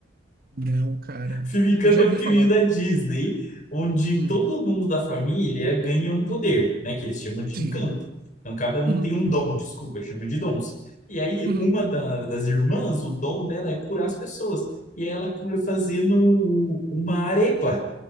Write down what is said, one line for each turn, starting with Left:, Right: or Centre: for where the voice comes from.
Right: Não, cara.
Left: Filme Encanto
Right: Eu já
Left: é
Right: ouvi
Left: um filminho
Right: falar.
Left: da Disney, onde
Right: Hum,
Left: todo mundo da família ganha um poder, né? Que eles chamam de
Right: sim.
Left: encanto. Então cada um
Right: Uhum,
Left: tem um dom, desculpa, chama de dons. E aí
Right: uhum,
Left: uma da- das irmãs, o dom dela é curar as pessoas. E ela cura fazendo uma arepa,